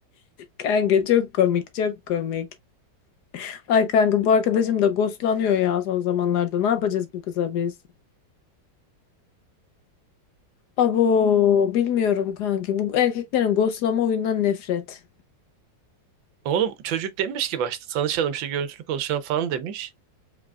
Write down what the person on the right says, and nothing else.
Oğlum çocuk demiş ki başta tanışalım işte görüntülü konuşalım falan demiş.